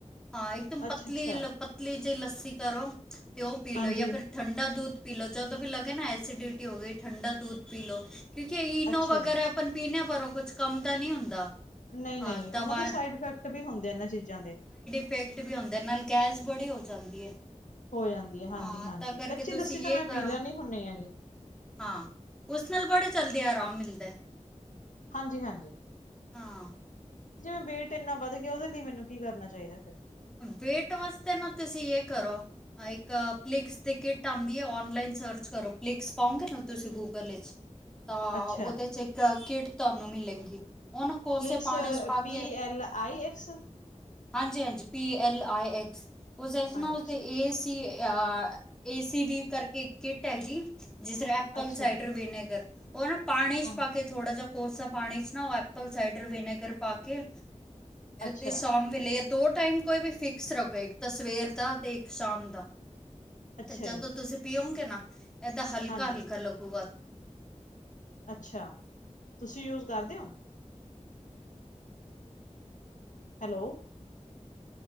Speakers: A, in the centre; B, on the left (about 75°).
A: ਹਾਂ ਇੱਕਦਮ ਪਤਲੀ-
B: ਅੱਛਾ-ਅੱਛਾ,
A: ਪਤਲੀ ਜਿਹੀ ਲੱਸੀ ਕਰੋ। ਤੇ ਉਹ ਪੀ ਲਓ
B: ਹਾਂਜੀ,
A: ਜਾਂ ਫਿਰ ਠੰਡਾ ਦੁਧ ਪੀ ਲੋ ਜਦੋਂ ਵੀ ਲਗੇ ਨਾ ਐਸਿਡਿਟੀ ਹੋ ਗਈ ਠੰਡਾ ਦੁਧ ਪੀ ਲੋ। ਕਿਉਂਕਿ ਇਨੋ
B: ਅੱਛਾ
A: ਵਗੈਰਾ
B: ਜੀ।
A: ਆਪ ਪੀਣ ਪਰ ਕੁਛ ਕੰਮ ਦਾ ਨਹੀਂ ਹੁੰਦਾ।
B: ਨਹੀਂ-
A: ਹਾਂ
B: ਨਹੀਂ
A: ਦਵਾ
B: ਉਹਨਾਂ ਦੇ ਸਾਈਡ ਇਫੈਕਟ ਵੀ ਹੁੰਦੇ ਇਹਨਾਂ ਚੀਜ਼ਾਂ ਦੇ।
A: ਇਫੇਕਟ ਵੀ ਹੁੰਦੇ ਨੇ ਨਾਲ ਗੈਸ ਬੜੀ ਹੋ ਜਾਂਦੀ ਏ।
B: ਹੋ ਜਾਂਦੀ ਹੈ ਹਾਂਜੀ-ਹਾਂਜੀ
A: ਹਾਂ ਤਾਂ ਕਰਕੇ
B: ਕੱਚੀ
A: ਤੁਸੀਂ
B: ਲੱਸੀ ਤਾਂ
A: ਇਹ
B: ਮੈਂ
A: ਕਰੋ
B: ਪੀ ਲੈਣੀ ਹੁੰਨੀ ਹੈਗੀ।
A: ਹਾਂ। ਉਸ ਨਾਲ ਬੜੇ ਜਲਦੀ ਆਰਾਮ ਮਿਲਦਾ।
B: ਹਾਂਜੀ -ਹਾਂਜੀ
A: ਹਾਂ।
B: ਜਿਵੇਂ ਵੇਟ ਇੰਨਾ ਵਧ ਗਿਆ ਉਹਦੇ ਲਈ ਮੈਨੂੰ ਕੀ ਕਰਨਾ ਚਾਹੀਦਾ ਫਿਰ
A: ਵੇਟ ਵਾਸਤੇ ਨਾ ਤੁਸੀਂ ਇਹ ਕਰੋ। ਇੱਕ ਪਲਿਕਸ ਦੀ ਕਿੱਟ ਆਉਂਦੀ ਹੈ। ਆਨਲਾਈਨ ਸਰਚ ਕਰੋ ਪਲਿਕਸ ਪਾਉਗੇ ਨਾ ਤੁਸੀਂ ਗੂਗਲ 'ਚ ਤਾਂ
B: ਅੱਛਾ,
A: ਉਹਦੇ 'ਚ ਇਕ ਕਿਟ ਤੁਹਾਨੂੰ ਮਿਲੇਗੀ ਉਹ ਨਾ ਕੋਸੇ
B: ਫਲਿਕਸ
A: ਪਾਣੀ 'ਚ ਪਾ
B: ਪੀ
A: ਕੇ
B: ਐਲ ਆਈ ਐਕਸ
A: ਹਾਂਜੀ -ਹਾਂਜੀ ਪੀ -ਐੱਲ-ਆਈ-ਐਕਸ-ਉਸਦੇ
B: ਆਈ
A: ਨਾ ਉਸਦੇ
B: ਐਕਸ
A: ਐ ਸੀ ਆ ਏਸੀ ਵੀ ਕਰਕੇ ਇੱਕ ਕਿੱਟ ਹੈਗੀ ਜਿਸ ਤਰ ਐਪਲ
B: ਅੱਛਾ
A: ਸਾਈਡਰ
B: ਜੀ,
A: ਵਿਨੇਗਰ ਉਹ ਨਾ ਪਾਣੀ 'ਚ
B: ਹਾਂ
A: ਪਾ ਕੇ ਥੋੜਾ ਜਾਹਾ ਕੋਸਾ ਪਾਣੀ 'ਚ ਨਾ ਉਹ ਐਪਲ ਸਾਈਡਰ ਵਿਨੇਗਰ ਪਾ ਕੇ
B: ਅੱਛਾ,
A: ਤੇ ਸਾ ਵੇਲੇ ਦੋ ਟਾਈਮ ਕੋਈ ਵੀ ਫਿਕਸ ਰੱਖੋ ਇੱਕ ਤਾਂ ਸਵੇਰ ਦਾ ਤੇ ਇੱਕ ਸ਼ਾਮ ਦਾ।
B: ਅੱਛਾ
A: ਤੇ ਜਦੋਂ
B: ਜੀ ਅੱਛਾ,
A: ਤੁਸੀਂ ਪੀਓਗੇ ਨਾ ਏਦਾਂ ਹਲਕਾ-ਹਲਕਾ
B: ਹਾਂਜੀ
A: ਲੱਗੂਗਾ।
B: ਅੱਛਾ ਤੁਸੀਂ ਯੂਜ ਕਰਦੇ ਹੋ। ਹੈਲੋ।